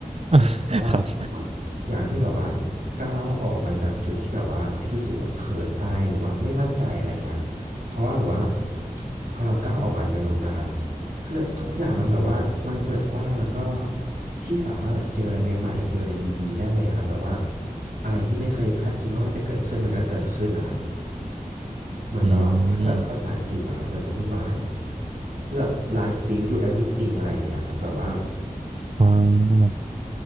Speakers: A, on the right; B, on the right.
A: เพราะฉะนั้นแล้วว่าผมอะอยากให้พี่แบบว่า
B: <laughs> ครับ
A: ก้าวออกมาจากจุดที่แบบว่าพี่รู้สึกว่าเขินอายหรือว่าไม่มั่นใจอะไรเงี้ยครับเพราะว่าแบบว่าพอเราก้าวออกมาจากตรงนั้นนะครับคือแบบทุกอย่างมันแบบว่ามันเปิดกว้างแล้วก็พี่สามารถแบบเจออะไรใหม่ๆเจออะไรดีๆได้เลยอะครับแบบว่า อะไรที่ไม่เคยคาดคิดว่ามันจะเกิดขึ้นมันก็เกิดขึ้นนะครับเหมือนแบบว่าถ้าแบบภาษาอังกฤษเหรอครับเราจะพูดว่าอะไร
B: อืม
A: คือแบบ life bring you everything อะไรอย่างเงี้ยครับแบบว่า
B: อ๋อ